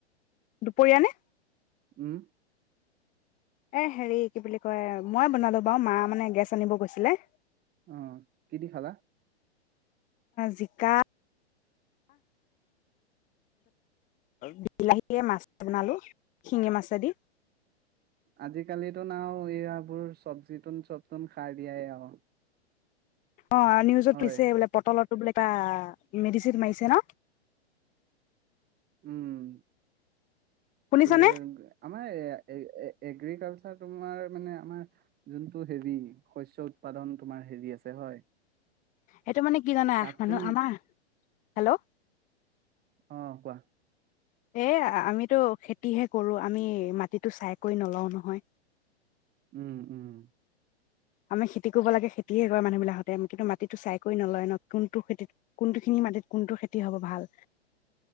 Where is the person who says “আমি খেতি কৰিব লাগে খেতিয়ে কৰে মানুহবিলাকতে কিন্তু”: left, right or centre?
Left